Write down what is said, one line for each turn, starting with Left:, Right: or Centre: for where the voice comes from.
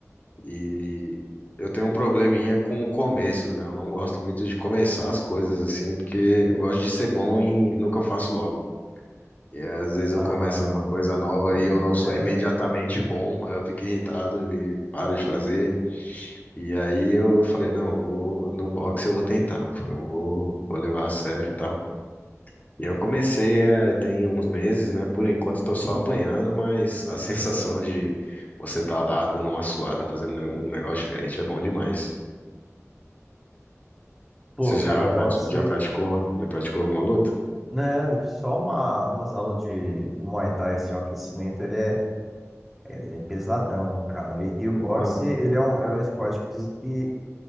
Left: e eu tenho um probleminha com começos, né? Eu não gosto muito de começar as coisas assim, porque eu gosto de ser bom em... no que eu faço logo. E às vezes
Centre: Ah,
Left: eu começo alguma coisa
Centre: entendi.
Left: nova e eu
Centre: Aí
Left: não sou
Centre: é.
Left: imediatamente bom, aí eu fico irritado e paro de fazer. E aí eu falei, não, eu vou no boxe eu vou tentar, eu vou, vou levar a sério e tal. E eu comecei é, tem uns meses, né? Por enquanto estou só apanhando, mas a <laughs> sensação de você estar lá dando uma suada, fazendo um negócio diferente é bom demais.
Centre: Pô,
Left: Você
Centre: cara,
Left: já,
Centre: o
Left: prati-
Centre: boxe,
Left: já praticou? Já praticou alguma luta?
Centre: né? Só uma, umas aulas de, de Muay Thai, assim, o aquecimento, ele é, ele é pesadão, cara. E, e
Left: Porra.
Centre: o boxe, ele é um, é um esporte que dizem que